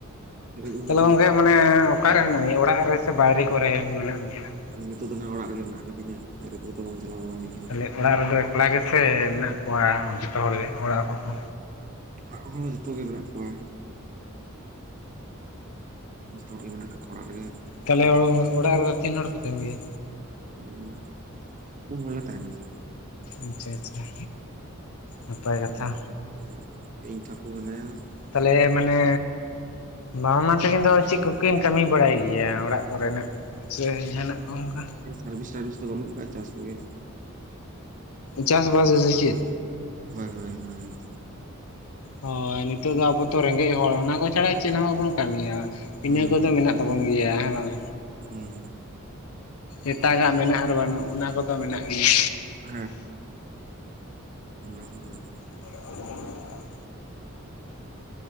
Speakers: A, on the right; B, on the left.
A: ᱯᱮᱨᱮᱡ ᱩᱱᱟᱹᱜ
B: ᱛᱟᱦᱚᱞᱮ ᱜᱚᱝᱠᱮ
A: ᱞᱟᱪ
B: ᱢᱟᱱᱮ ᱚᱠᱟᱨᱮ ᱢᱮᱱᱟᱜ ᱢᱮᱭᱟ ᱚᱲᱟᱜ ᱨᱮ ᱥᱮ ᱵᱟᱭᱨᱮ ᱠᱚᱨᱮ ᱢᱮᱱᱟᱜ ᱢᱮᱭᱟ ᱦᱟᱸᱜ?
A: ᱱᱤᱛᱚᱜ ᱫᱚ ᱱᱟᱜ ᱚᱲᱟᱜ ᱨᱮ ᱢᱮᱱᱟᱜ ᱟᱠᱟ ᱫᱤᱧᱟᱹ ᱵᱟᱦᱨᱮ ᱠᱚᱨᱮ ᱫᱚ ᱵᱟᱝ ᱪᱟᱞᱟᱣ ᱵᱟᱲᱟ ᱦᱩᱭ ᱟᱠᱟᱱᱟ᱾
B: ᱛᱟᱦᱞᱮ ᱚᱲᱟᱜ ᱨᱮᱫᱚ ᱮᱠᱞᱟ ᱜᱮᱥᱮ ᱢᱮᱱᱟᱜ ᱠᱚᱣᱟ ᱡᱚᱛᱚ ᱦᱚᱲ ᱜᱮ ᱚᱲᱟᱜ ᱦᱚᱲ ᱠᱚ?
A: ᱚᱲᱟᱜ ᱦᱚᱲ ᱦᱚᱸ ᱡᱚᱛᱚᱜᱮ ᱢᱮᱱᱟᱜ ᱠᱚᱣᱟ᱾ ᱡᱚᱛᱚ ᱦᱚᱲ ᱜᱮ ᱢᱮᱱᱟᱜ ᱠᱟ ᱚᱲᱟᱜ ᱨᱮᱜᱮ᱾
B: ᱛᱟᱦᱞᱮ ᱚᱻ ᱚᱲᱟᱜᱨᱮ ᱫᱚ ᱛᱤᱱ ᱦᱚᱲ ᱯᱮ ᱛᱟᱦᱮᱱ ᱜᱮᱭᱟ?
A: ᱦᱩᱸ, ᱯᱩᱱ ᱦᱚᱲᱞᱮ ᱛᱟᱦᱮᱱ ᱜᱮᱭᱟ᱾
B: ᱟᱪᱪᱷᱟ ᱟᱪᱪᱷᱟ᱾ ᱱᱟᱯᱟᱭ ᱠᱟᱛᱷᱟ
A: <unintelligible> ᱤᱧ ᱴᱟᱹᱠᱩ ᱢᱮᱱᱟᱭᱟ᱾
B: ᱛᱟᱦᱚᱞᱮ ᱢᱟᱱᱮ ᱵᱟ ᱢᱟ ᱛᱟᱹᱠᱤᱱ ᱫᱚ ᱪᱮᱫ ᱠᱚᱠᱤᱱ ᱠᱟᱹᱢᱤ ᱵᱟᱲᱟᱭ ᱜᱮᱭᱟ ᱚᱲᱟᱜ ᱯᱚᱨᱮᱱᱟᱜ? ᱥᱮ ᱡᱟᱦᱟᱸᱱᱟᱜ ᱠᱚᱦᱚ ᱚᱱᱠᱟ?
A: ᱥᱟᱨᱵᱷᱤᱥ ᱴᱟᱨᱵᱷᱤᱥ ᱫᱚ ᱵᱟᱹᱱᱩᱜ ᱟᱠᱟᱜᱼᱟ ᱪᱟᱥ ᱠᱚᱜᱮ᱾
B: ᱪᱟᱥ ᱵᱟᱥ ᱜᱮ ᱥᱮ ᱪᱮᱫ?
A: ᱦᱳᱭ ᱦᱳᱭ ᱦᱳᱭ,
B: ᱦᱳᱭ, ᱱᱤᱛᱚᱜ ᱫᱚ ᱟᱵᱚ ᱛᱚ ᱨᱮᱸᱜᱮᱡ ᱦᱚᱲ ᱚᱱᱟ ᱠᱚ ᱪᱷᱟᱲᱟ ᱪᱮᱫ ᱦᱚᱸ ᱵᱟᱵᱚᱱ ᱠᱟᱹᱢᱤᱭᱟ᱾
A: ᱦᱩᱸ
B: ᱤᱱᱟᱹ ᱠᱚᱫᱚ ᱢᱮᱱᱟᱜ ᱛᱟᱵᱚᱱ ᱜᱮᱭᱟ ᱦᱮᱸ ᱵᱟᱝ᱾
A: ᱦᱩᱸ
B: ᱮᱴᱟᱜᱟᱜ ᱢᱮᱱᱟᱜ ᱟᱨ ᱵᱟᱹᱱᱩᱜ ᱚᱱᱟ ᱠᱚᱫᱚ ᱢᱮᱱᱟᱜ ᱜᱮᱭᱟ᱾
A: ᱦᱮᱸ ᱚᱱᱟᱦᱚᱸ᱾
B: <inaudible>